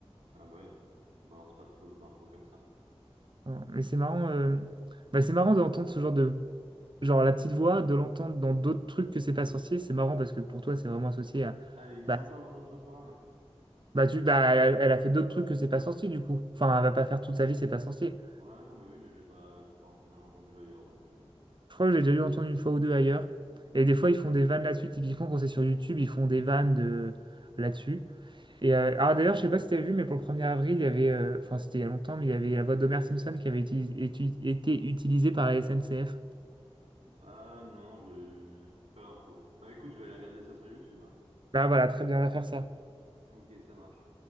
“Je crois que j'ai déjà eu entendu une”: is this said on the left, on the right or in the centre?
Right